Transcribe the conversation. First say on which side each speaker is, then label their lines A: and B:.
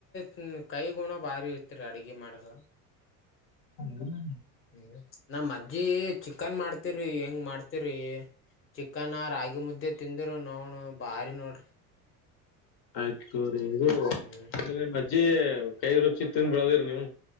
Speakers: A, on the left; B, on the left.
A: ಹ್ಮ ಕೈ ಗುಣ ಬಾರಿ ಇರ್ತರಿ ಅಡಗೆ ಮಾಡ್ರ.
B: ಹ್ಮ.
A: ಹ್ಮ ನಮ್ಮ ಅಜ್ಜಿ ಚಿಕನ್ ಮಾಡ್ತಿರಿ ಹೆಂಗ ಮಾಡ್ತಿರಿ. ಚಿಕ್ಕನ್ ರಾಗಿ ಮುದ್ದೆ ತಿಂದ್ರು ನೌನ ಬಾರಿ ನೋಡ್ರಿ.
B: ಆಯ್ತು ತಗೋ ರೀ.
A: ಹ್ಮ್.
B: ಅಂದ್ರೆ ನಿಮ್ಮ ಅಜ್ಜಿ ಕೈ ರುಚಿ ತಿಂದ ಬಿಳದಿರಿ ನೀವು.